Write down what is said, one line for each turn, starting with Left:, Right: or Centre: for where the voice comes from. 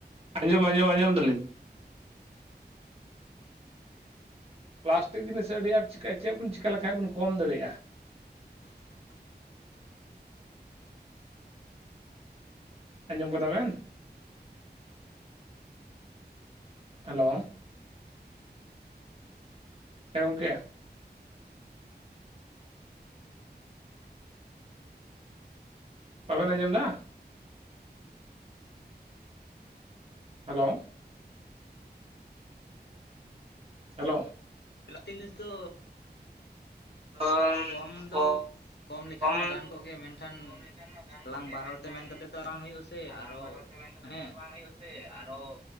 Right: ᱟᱸᱡᱚᱢ ᱟᱸᱡᱚᱢ ᱟᱸᱡᱚᱢ ᱛᱩᱞᱩᱡ᱾ ᱯᱞᱟᱥᱴᱤᱠ ᱡᱤᱱᱤᱥ ᱟᱹᱰᱤ ᱟᱸᱴ ᱪᱮᱠᱟ ᱪᱮᱫ ᱵᱚᱱ ᱪᱤᱠᱟ ᱞᱮᱠᱷᱟᱡ ᱵᱚᱱ ᱠᱚᱢ ᱫᱟᱲᱮᱭᱟᱜ-ᱟ?
Left: <inaudible>
Right: ᱟᱸᱡᱚᱢ ᱠᱟᱫᱟ ᱵᱮᱱ? ᱦᱮᱞᱳ᱾ ᱮ ᱜᱚᱝᱠᱮ᱾ ᱵᱟᱵᱮᱱ ᱟᱸᱡᱚᱢ ᱫᱟ? ᱦᱮᱞᱳ᱾ ᱦᱮᱞᱳ
Left: ᱯᱞᱟᱥᱴᱤᱠ ᱡᱤᱱᱤᱥ ᱫᱚ
Right: <inaudible>
Left: ᱠᱚᱢ ᱫᱚ ᱞᱮᱠᱷᱟᱱ
Right: ᱠᱚᱢ
Left: ᱢᱟ ᱜᱟᱱ
Right: ᱫᱚ
Left: ᱠᱚᱜ ᱜᱮ ᱢᱮᱱᱠᱷᱟᱱ
Right: ᱠᱚᱢ ᱞᱮᱠᱟᱱ ᱢᱟ ᱜᱟᱱ
Left: ᱟᱞᱟᱝ
Right: ᱠᱚᱜ ᱜᱮ
Left: ᱵᱟᱨ
Right: ᱢᱮᱱᱠᱷᱟᱱ
Left: ᱦᱚᱲ ᱛᱮ ᱢᱮᱱ ᱠᱟᱛᱮᱫ ᱫᱚ ᱵᱟᱝ ᱦᱩᱭᱩᱜᱼᱟ ᱥᱮ
Right: ᱟᱞᱟᱝ
Left: ᱟᱨᱚ
Right: ᱵᱟᱨ ᱦᱚᱲ ᱛᱮ ᱢᱮᱱ ᱢᱮᱱ ᱠᱟᱛᱮᱫ
Left: ᱦᱮᱸ
Right: ᱛᱚ ᱵᱟᱝ ᱦᱳᱭᱳᱜ-ᱟ ᱥᱮ ᱟᱨᱚ